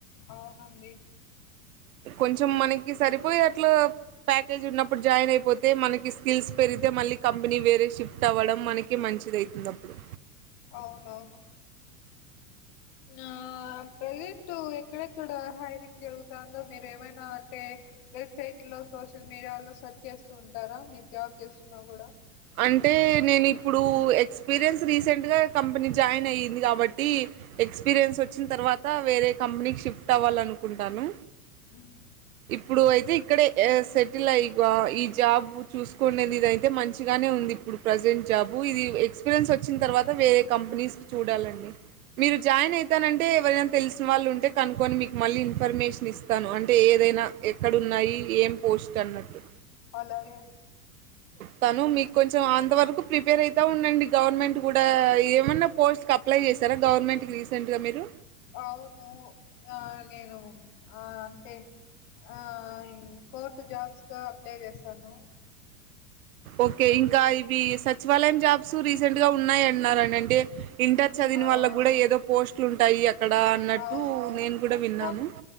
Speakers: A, on the left; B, on the right.
A: అవునండి
B: కొంచెం మనకి సరిపోయేట్లా ప్యాకేజ్ ఉన్నప్పుడు జాయిన్ అయిపోతే మనకి స్కిల్స్ పెరిగి తే మళ్ళీ కంపెనీ వేరే షిఫ్ట్ అవ్వడం మనకి మంచిదయితుంది అప్పుడు
A: అవునవును ఆ ప్రజెంట్ ఎక్కడెక్కడ హైరింగ్ జరుగుతాందో మీరు ఏమైనా అంటే వెబ్సైట్లో సోషల్ మీడియాలో సెర్చ్ చేస్తూ ఉంటారా మీరు జాబ్ చేస్తున్నా కూడా
B: అంటే నేను ఇప్పుడు ఎక్స్పీరియన్స్ రీసెంట్గా కంపెనీ జాయిన్ అయ్యింది కాబట్టి ఎక్స్పీరియన్స్ వచ్చిన తర్వాత వేరే కంపెనీకి షిఫ్ట్ అవ్వాలనుకుంటాను
A: హ్మ్
B: ఇప్పుడు అయితే ఇక్కడే సెటిల్ అయి ఈ జాబ్ చూసుకునేది ఇదైతే మంచి గానే ఉంది ఇప్పుడు ప్రజెంట్ జాబు ఇది ఎక్స్పీరియన్స్ వచ్చిన తర్వాత వేరే కంపెనీస్కి చూడాలండి మీరు జాయిన్ అయితానంటే ఎవరైనా తెలిసిన వాళ్ళు ఉంటే కనుకొని మీకు మళ్ళీ ఇన్ఫర్మేషన్ ఇస్తాను అంటే ఏ దైనా ఎక్కడున్నాయి ఏం పోస్ట్ అన్నట్టు
A: అలాగే
B: తాను మీకు కొంచెం అంతవరకు ప్రిపేర్ అయితా ఉండండి గవర్నమెంట్ కూడా ఏమన్నా పోస్ట్‌కి అప్లై చేస్త సారా గవర్నమెంట్‌కి రీసెంట్గా మీరు
A: అవును ఇంగ నేను ఆ అంటే ఆ ఇ కోర్టు జాబ్స్‌కా అప్లై చేశాను
B: ఓకే ఇంకా ఇవి సచివాలయం జాబ్స్ రీసెంట్ గా ఉన్నాయి అంటున్నారండి అంటే ఇంటర్ చదివిన
A: అవును
B: వాళ్ళ కూడా ఏదో పోస్ట్లు ఉంటాయి అక్కడ అన్నట్టు
A: అవును
B: నేను కూడా విన్నాను
A: ఇంకా